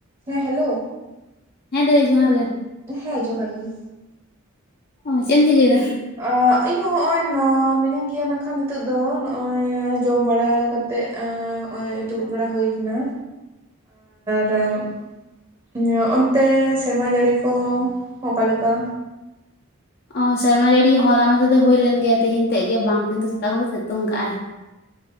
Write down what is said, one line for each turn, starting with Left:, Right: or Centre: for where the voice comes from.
Right: ᱦᱮᱸ ᱦᱮᱞᱳ
Left: ᱦᱮᱸ ᱫᱟᱹᱭ ᱡᱚᱦᱟᱨ ᱜᱮ᱾
Right: ᱦᱮᱸ ᱡᱚᱦᱟᱨ ᱜᱮ᱾
Left: ᱚᱦ ᱪᱮᱫ ᱮᱢ ᱪᱤᱠᱟᱹᱭ ᱮᱫᱟ᱾
Right: ᱟᱸ ᱤᱧ ᱦᱚᱸ ᱦᱚᱜᱼᱚᱭ ᱢᱤᱱᱟᱹᱧ ᱜᱮᱭᱟ ᱱᱟᱠᱷᱟᱱ ᱱᱤᱛᱚᱜ ᱫᱚ ᱱᱚᱜᱼᱚᱭ ᱡᱚᱢ ᱵᱟᱲᱟ ᱠᱟᱛᱮ <inaudible> ᱦᱚᱸᱜᱚᱭ ᱫᱩᱲᱩᱵ ᱵᱟᱲᱟ ᱦᱩᱭ ᱠᱟᱱᱟ᱾ <inaudible> ᱚᱱᱛᱮ ᱥᱮᱨᱢᱟ ᱡᱟᱹᱲᱤ ᱠᱚ ᱚᱠᱟ ᱞᱮᱠᱟ?
Left: ᱚ ᱥᱮᱨᱢᱟ ᱡᱟᱹᱲᱤ ᱦᱚᱞᱟ ᱢᱟᱫᱷᱮᱨ ᱫᱚ ᱦᱩᱭ ᱞᱮᱱ ᱜᱮᱭᱟ ᱛᱤᱦᱤᱧ ᱛᱮᱜ ᱜᱮ ᱵᱟᱝ, ᱛᱮᱦᱮᱧ ᱫᱚ ᱥᱮᱛᱟᱜ ᱠᱷᱚᱱ ᱜᱮ ᱥᱤᱛᱩᱝ ᱠᱟᱜᱼᱟᱭ᱾